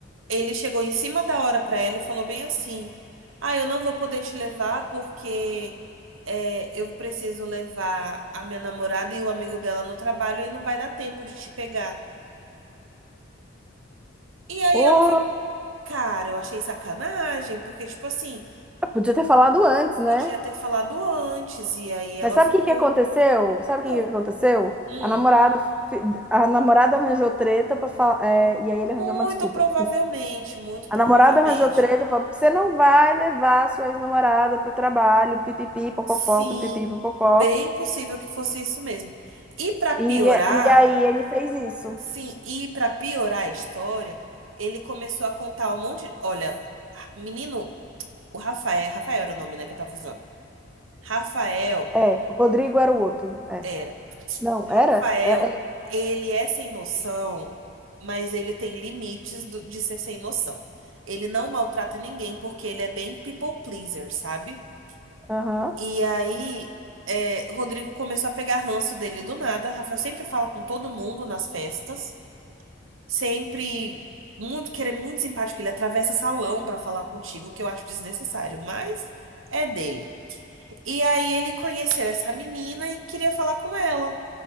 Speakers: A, on the right (about 80°); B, in the centre.
A: Ele chegou em cima da hora pra ela e falou bem assim: Ah, eu não vou poder te levar porque é, eu preciso levar a minha namorada e o amigo dela no trabalho e não vai dar tempo de te pegar. E aí
B: Pô,
A: ela ficou, cara, eu achei sacanagem, porque, tipo assim,
B: podia ter falado antes, né?
A: podia ter falado antes. E aí ela
B: Mas sabe
A: ficou,
B: o que que aconteceu? Sabe
A: "Tá
B: o
A: bom.
B: que que aconteceu?
A: Hum,
B: A namorada, fi- a namorada arranjou treta para falar, e aí ele
A: muito
B: arranjou uma desculpa.
A: provavelmente, muito
B: A
A: provavelmente.
B: namorada arranjou treta, falou, você não vai levar a sua ex-namorada pro trabalho, pipipi, popopó,
A: Sim,
B: pipipi, popopó.
A: bem possível que fosse isso mesmo. E pra piorar.
B: E, e aí ele fez isso.
A: Sim, e pra piorar a história, ele começou a contar um monte. Olha, menino, o Rafael, Rafael era o nome, né, que eu tava usando. Rafael
B: É, o Rodrigo era o outro. É.
A: era.
B: Não,
A: Rafael,
B: era? É, é.
A: ele é sem noção, mas ele tem limites do- de ser sem noção. Ele não maltrata ninguém porque ele é bem people pleaser, sabe?
B: Aham.
A: E aí, é, Rodrigo começou a pegar ranço dele do nada. Rafael sempre fala com todo mundo nas festas. sempre muito querer muito simpático, ele atravessa salão pra falar contigo, que eu acho desnecessário, mas é dele. E aí ele conheceu essa menina e queria falar com ela.